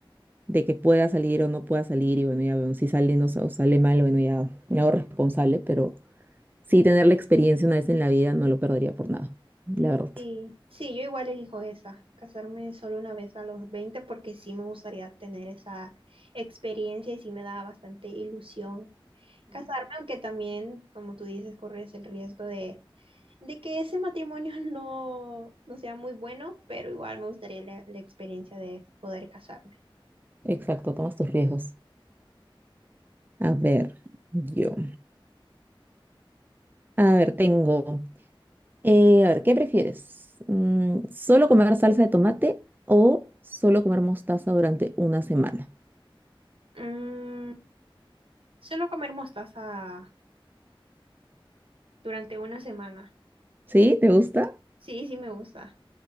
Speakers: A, on the right; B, on the right.
A: de que pueda salir o no pueda salir y bueno, ya veo, si sale no, sa- o sale mal, bueno, ya me hago responsable, pero sí tener la experiencia una vez en la vida no lo perdería por nada, la verdad.
B: Sí, sí, yo igual elijo esa, casarme solo una vez a los 20 porque sí me gustaría tener esa experiencia y sí me da bastante ilusión casarme, aunque también, como tú dices, corres el riesgo de de que ese matrimonio <laughs> no, no sea muy bueno, pero igual me gustaría la, la experiencia de poder casarme.
A: Exacto, tomas tus riesgos. A ver, yo. A ver, tengo. eh, a ver, ¿qué prefieres? Mm, ¿solo comer salsa de tomate o solo comer mostaza durante una semana?
B: Mm, solo comer mostaza durante una semana.
A: ¿Sí? ¿Te gusta? <laughs>
B: Sí, sí me gusta.